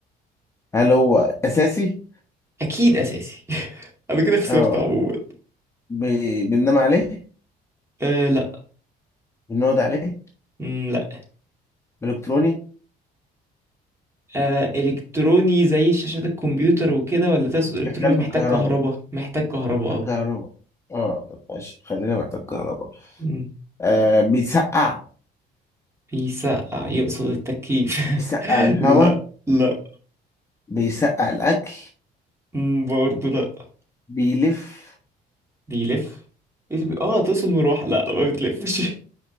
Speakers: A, on the left; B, on the right.
A: هل هو اساسي
B: اكيد اساسي <laughs> انا كده خسرت
A: اه
B: عموما
A: ب- بننام عليه
B: آه لا
A: بنقعد عليه
B: مم، لا
A: الكتروني
B: آه الكتروني زي شاشات الكمبيوتر وكده ولا تقصد الكتروني
A: شغال بالكهرباء
B: محتاج كهرباء محتاج كهرباء
A: بالكهرباء
B: اه
A: اه طب ماشي خلينا محتاج كهرباء
B: مم،
A: آه بيسقع
B: بيسقع يقصد التكييف <laughs>
A: بيسقع الهواء
B: لا لا
A: بيسقع الاكل
B: مم، برضه لا
A: بيلف
B: بيلف إيه اللي بي- اه تقصد مروحة لا لا ما بتلفش <laughs>